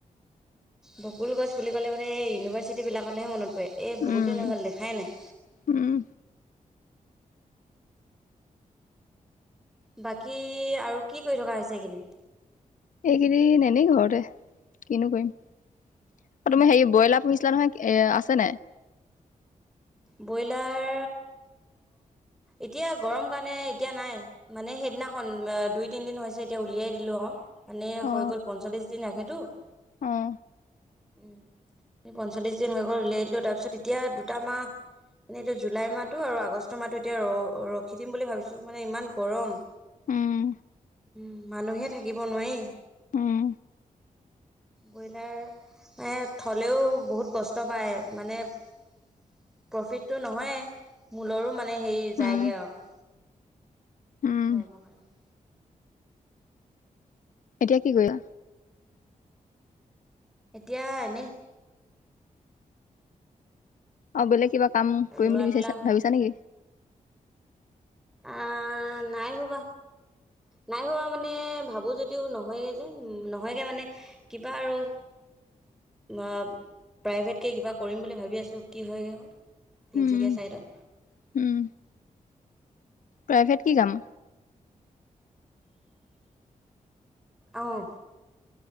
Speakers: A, in the centre; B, on the left.
A: বকুল গছ বুলি ক'লে মানে এই ইউনিভাৰ্চিটিবিলাকলৈহে মনত পৰে এই বহুত
B: উম
A: দিন হৈ গ'ল দেখাই নাই।
B: উম
A: বাকী আৰু কি কৰি থকা হৈছে এইখিনি?
B: এই কেইদিন এনেই ঘৰতে কিনো কৰিম। তুমি হেৰি ব্ৰইলাৰ পুহিছিলা নহয় এ আছে নাই।
A: ব্ৰইলাৰ। এতিয়া গৰম কাৰণে এতিয়া নাই মানে সেইদিনাখন দুই তিনিদিন হৈছে এতিয়া উলিয়াই দিলোঁ আউ। মানে
B: অ
A: হৈ গ'ল পঞ্চল্লিশ দিন আহখেতটো।
B: অ
A: পঞ্চল্লিছ দিন হৈ গ'ল উলিয়াই দিলোঁ তাৰপিছত এতিয়া দুটামাহ। মানে এতিয়া জুলাই মাহটো আৰু আগষ্ট মাহটো এতিয়া ৰ ৰখি দিম বুলি ভাবিছো মানে ইমান গৰম।
B: উম
A: উম মানুহে থাকিব নোৱাৰি।
B: উম,
A: ব্ৰইলাৰ মে থ'লেও বহুত কষ্ট পায় মানে। প্ৰফিটটো নহয় মূলৰো মানে হেৰি
B: উম,
A: যায়গৈ আৰু।
B: উম,
A: গৰম কাৰনে?
B: এতিয়া কি কৰা।
A: এতিয়া এনেই?
B: অ বেলেগ কিবা কাম কৰিম
A: ৰোৱা
B: বুলি বিচাৰিছা
A: তোলা
B: ভাবিছা নেকি।
A: অ নাই ভবা নাই ভবা মানে ভাবো যদি। ও নহয়গৈ যে নহয়গৈ মানে কিবা আৰু। বা প্ৰাইভেটকে কিবা কৰিম বুলি ভাবি আছো কি হয়গৈ অ। তিনিচুকীয়া
B: উম,
A: চাই দত।
B: উম, প্ৰাইভেট কি কাম।
A: আহ